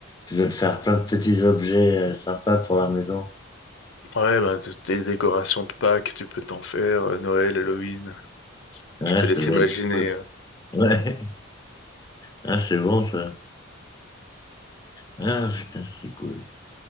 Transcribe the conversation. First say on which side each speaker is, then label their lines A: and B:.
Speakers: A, on the left; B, on the left.
A: Tu dois te faire plein de petits objets euh, sympas pour la maison.
B: Ouais, bah, t- des décorations de Pâques, tu peux t'en faire, euh, Noël, Halloween.
A: Ouais,
B: Je te
A: ça
B: laisse
A: doit
B: imaginer.
A: être cool.
B: euh.
A: Ouais. Ah, c'est bon, ça. Ah, putain, c'est cool.